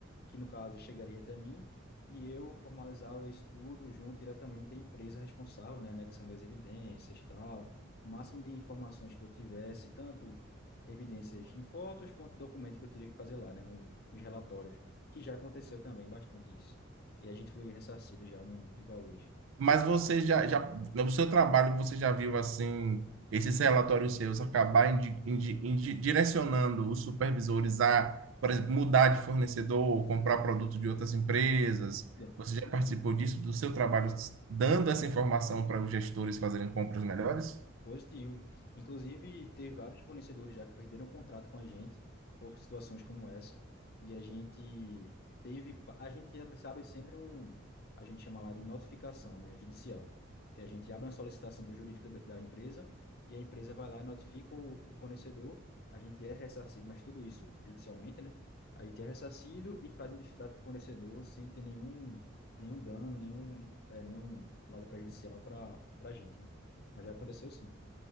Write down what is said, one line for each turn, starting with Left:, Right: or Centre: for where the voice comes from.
Left: que no caso chegaria até mim, e eu formalizava isso tudo junto diretamente à empresa responsável, né, anexando as evidências, tal, o máximo de informações que eu tivesse, tanto evidências em fotos quanto documento que eu teria que fazer lá, né, um, uns relatórios, que já aconteceu também bastante isso. E a gente foi ressarcido já no, em valores.
Right: Mas você já, já no seu trabalho, você já viu assim, esses relatórios seus acabar indi- indi- indi- direcionando os supervisores a, por exemplo, mudar de fornecedor, comprar produto de outras empresas?
Left: Sem dúvida.
Right: Você
Left: Sem
Right: já participou
Left: dúvida.
Right: disso, do seu trabalho, dando essa informação para os gestores fazerem compras melhores?
Left: Positivo. Inclusive, teve vários fornecedores já que perderam o contrato com a gente por situações como essa. E a gente teve, pa- a gente abre- sabe sempre um, a gente chama lá de notificação, né, judicial, que a gente abre uma solicitação para o jurídico da, da empresa e a empresa vai lá e notifica o, o fornecedor. A gente é ressarcido, mas tudo isso judicialmente, né? A gente é ressarcido e faz um distrato com o fornecedor sem ter nenhum, nenhum dano, nenhum, é, nenhum lado prejudicial para para a gente, né? Mas já aconteceu sim.